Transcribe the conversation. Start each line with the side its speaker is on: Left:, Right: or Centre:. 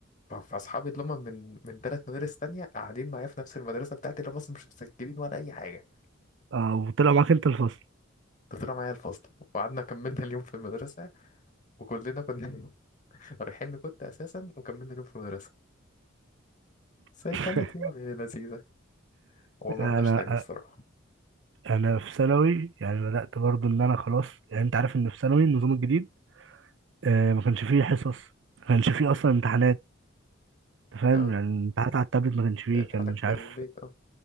Left: ف- فاصحابي اللي هم من من ثلاث مدارس تانية قاعدين معايا في نفس المدرسه بتاعتي اللي هم اصلا مش مسجلين ولا اي حاجه
Right: اه وطلع معاك انت الفصل
Left: ده طلع معايا الفصل وقعدنا كملنا اليوم في المدرسه وكلنا كنا <laughs> رايحين كنت اساسا وكملنا اليوم في المدرسه بس
Right: <laughs>
Left: هي كانت يعني لذيذه وما
Right: انا
Left: عملناش تاني الصراحه
Right: انا في ثانوي يعني بدات برضو ان انا خلاص يعني انت عارف ان في ثانوي النظام الجديد آه ما كانش فيه حصص ما كانش فيه اصلا امتحانات أنت فاهم
Left: اه
Right: يعني الامتحانات على التابلت ما كانش فيه
Left: كانت
Right: كان
Left: حالك
Right: مش
Left: في
Right: عارف
Left: البيت اه